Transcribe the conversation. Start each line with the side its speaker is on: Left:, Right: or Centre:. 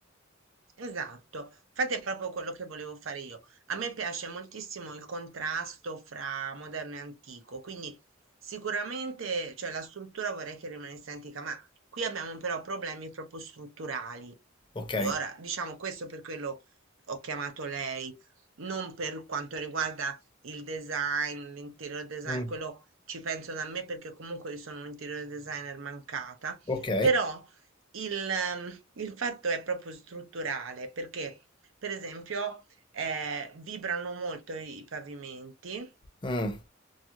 Right: Esatto, infatti è proprio quello che volevo fare io. A me piace moltissimo il contrasto fra moderno e antico, quindi sicuramente, cioè, la struttura vorrei che rimanesse antica, ma qui abbiamo però problemi proprio strutturali.
Left: Ok?
Right: Ora, diciamo questo per quello ho chiamato lei, non per quanto riguarda il design, l'interior design,
Left: Mm.
Right: quello ci penso da me perché comunque io sono un interior designer mancata,
Left: Ok?
Right: però il, ehm, il fatto è proprio strutturale perché, per esempio, eh, vibrano molto i, i pavimenti,
Left: Mm.